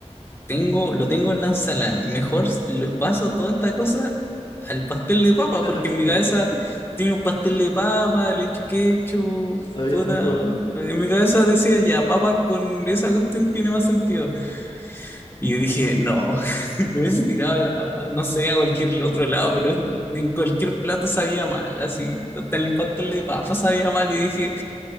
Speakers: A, on the left (about 20°); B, on the left (about 45°).
A: Tengo, lo tengo en la ensalada. Mejor s- lo paso toda esta cosa al pastel de papa,
B: <laughs>
A: porque en mi cabeza tiene un pastel de papa, le echo ketchup,
B: Sabía
A: puta.
B: mejor.
A: En mi cabeza decía, ya, papa con esa cuestión tiene más sentido. Y yo dije, no, <laughs> lo hubiese tirado, a la- no sé, a cualquier otro lado, pero en cualquier plato sabía mal, así. Hasta en el pastel de papa sabía mal y dije,